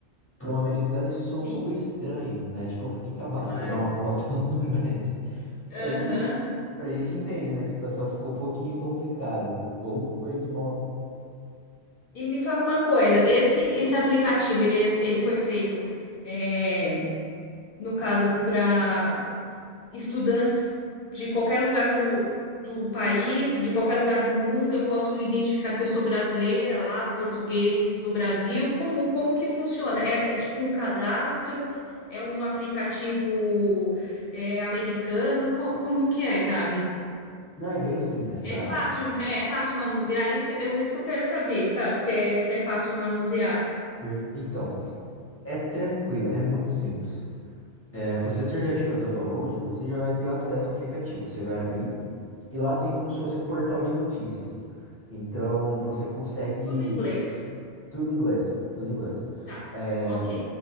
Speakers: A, on the left; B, on the left.
A: Para um americano isso soa
B: Sim,
A: um pouco estranho, né? Tipo, "Ah, por que que a vaca
B: claro.
A: foi dar uma volta <laughs> lá no brejo?
B: Aham.
A: Pra gente, pra gente entende, né? Que a situação ficou um pouquinho complicada. Ou foi de mal.
B: E me fala uma coisa, esse esse aplicativo, ele, é- ele foi feito, é, no caso, para estudantes de qualquer lugar do, do país, de qualquer lugar do mundo, eu posso identificar que eu sou brasileira lá, português do Brasil, como, como que funciona? É, é tipo um cadastro, é um aplicativo, é, americano, Co- como que é, Gabi?
A: Não, é bem simples, tá?
B: É fácil, é fácil manusear? Isso que, eu, isso que eu quero saber, sabe? Se é, se é fácil manusear.
A: Per- Então. É tranquilo, é muito simples. É, você terminar de fazer o download, você já vai ter acesso ao aplicativo. Você vai abrir e lá tem como se fosse um portal de notícias. Então você consegue
B: Tudo em inglês.
A: tudo em inglês, tudo em inglês.
B: Tá,
A: É,
B: ok.